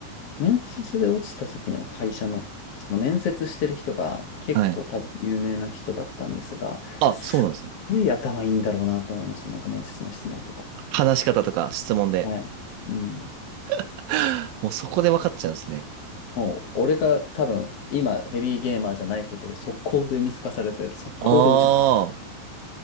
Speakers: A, on the left; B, on the right.
A: 面接で落ちた時の会社の、その面接してる人が結構多分有名な人だったんですが、
B: はい。あ、
A: すっごい頭いいんだろうなと思いました。
B: そうなんですね。
A: なんか面接の質問とか。
B: 話し方とか質問で。
A: はい。うん。
B: <laughs> もうそこで分かっちゃうんですね。
A: もう、俺が多分今ヘビーゲーマーじゃないことを速攻で見透かされて、速攻で落ち
B: ああ。